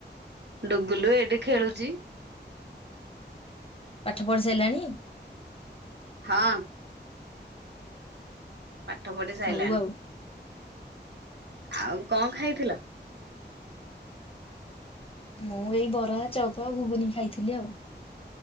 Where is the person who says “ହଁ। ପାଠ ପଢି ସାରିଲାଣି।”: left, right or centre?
Right